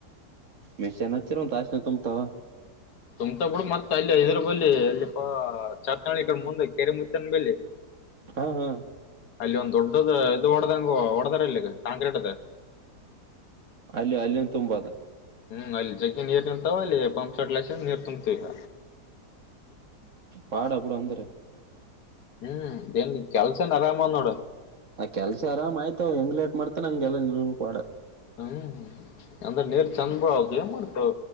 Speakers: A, on the right (about 50°); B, on the left (about 70°).
A: ಮಷೆನ್ನಚಿರೋಂತಷ್ಟನೆ ತುಂಬ ತ
B: ತುಮ್ತಾ ಬಿಡು ಮತ್ತತ್ ಅಲ್ಲಿ ಇದದ್ರ ಬಲ್ಲಿಿ ಇಲ್ಲಿ ಪ ಚಾರ್ ಚಿ ಕಡೆ ಮುಂದೆ ಕೆರೆ ಮು್ದನ್ ಬಿ
A: ಹಾ ಹಾ
B: ಅಲ್ಲಿ ಒಂದ್ ದೊಡ್ಡದ ಇದು ಹೊಡ್ದಂಗ ಹೊಡದಾರ ಇಲ್ಲಿಗೆ ಕಾಂಕ್ರೀಟ್ ಅದೆ
A: ಅಲ್ಲಿ ಅಲ್ಲಿಂದ ತುಂಬ ಅದ
B: ಹ್ಮ್ ಅಲ್ಲಿ ಜಗ್ಗಿ ನೀರ್ ನಿಂತಾವ ಅಲ್ಲಿ ಪಂಪ್ ಸಡ್ ಲಕ್ಷ ನೀರ್ ತುಂಬತ ಈಗ
A: ಪಡ ಬೇಡು ಅಂದರೆ
B: ಹ್ಮ್ ಏನು ಕೆಲಸ ಆರಾಮಂದೋಡ
A: ಆ ಕೆಲ್ಸ ಆರಾಮ್ ಆಯ್ತಾವ ಹೆಂಗ್ ಲೇಟ್ ಮಾಡ್ತ ನಂಗೆಲ್ಲ ಪಡ
B: ಹ್ಮ್ ಅಂದ್ರ ನೀರು ಚೆಂದ ಆದು ಏ ಮಾಡ್ತಾವ